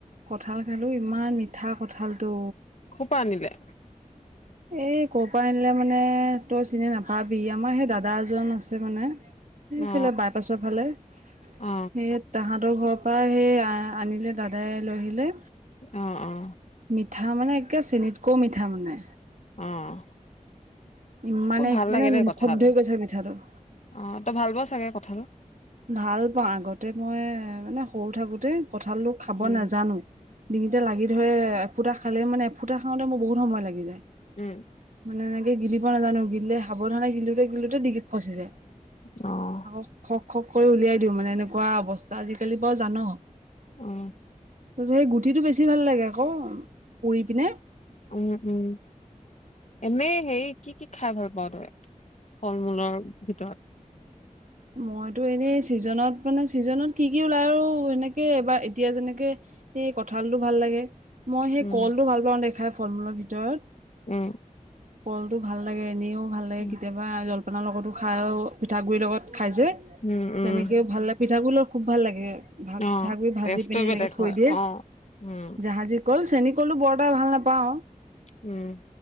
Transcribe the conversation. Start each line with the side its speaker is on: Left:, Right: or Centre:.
Right: কঁঠাল খালোঁ, ইমান মিঠা কঁঠালটো।
Left: ক'ৰ পৰা আনিলে?
Right: এই ক'ৰ পৰা আনিলে মানে, তই চিনি নাপাবি। আমাৰ সেই দাদা দাদা এজন আছে মানে,
Left: অ
Right: সেইফালে
Left: অ
Right: বাইপাছৰ ফালে। সেয়াত
Left: অ
Right: তাহাঁতৰ ঘৰৰপা সেই আ আনিলে, দাদাই লৈ আহিলে।
Left: অ', অ'।
Right: মিঠা মানে একে চেনত্‌কও মিঠা মানে।
Left: অ'।
Right: ইমানে
Left: মোৰ ভাল
Right: মানে
Left: লাগে দেই
Right: মুখত
Left: কঁঠাল
Right: ধৰি গৈছে মিঠাটো।
Left: অ', ত ভাল হব চাগে কঠালটো।
Right: ভাল পাওঁ আগতে মই মানে সৰু থাকোতে কঠালটো খাব
Left: উম
Right: নাজানো ডিঙিতে লাগি ধৰে। ফুটা খালে মানে, এফুটা খাওঁতে মোৰ বহুত সময় লাগি যায়।
Left: উম।
Right: মানে এনেকে গিলিব নাজানো, গিলিলে সাৱধানে গিলোতে-গিলোতে ডিঙিত ফচি যায়।
Left: অ
Right: আকৌ খক্‌ খক কৰি উলিয়াই দিওঁ মানে এনেকুৱা অৱস্থা আজি কালি বাৰু জানোঁ।
Left: অ'।
Right: তাৰপিছত সেই গুটিটো বেছি ভাল লাগে আক পুৰিপিনে।
Left: উম-উম, এনেই হেৰি কি কি খাই ভাল পাওঁ তই? ফল-মূলৰ ভিতৰত।
Right: মইটো এনেই ছিজনত মানে ছিজনত কি কি ওলাই আৰু সেনেকে বা এতিয়া যেনেকে সেই কঠালটো ভাল লাগে। মই সেই
Left: উম,
Right: কলটো ভাল পাওঁ দে খাই ফল-মূলৰ ভিতৰত।
Left: উম।
Right: কলটো ভাল লাগে। এনেও ভাল লাগে।
Left: উম,
Right: কেতিয়াবা জলপানাৰ লগটো খাওঁ পিঠাগুৰিৰ লগত খাই যে
Left: উম, উম।
Right: তেনেকেও ভালে লাগে। পিঠাগুৰিৰ লগত খুব ভাল লাগে। ভাগ
Left: অ',
Right: পিঠাগুৰি ভাজি
Left: টেষ্টটোৱে
Right: পিনে
Left: বেলেগ
Right: এনেকে থৈ
Left: হয়,
Right: দিয়ে।
Left: অ', উম,
Right: জাহাজি কল, চেনীকলো বৰ এটা ভাল নাপাওঁ।
Left: উম।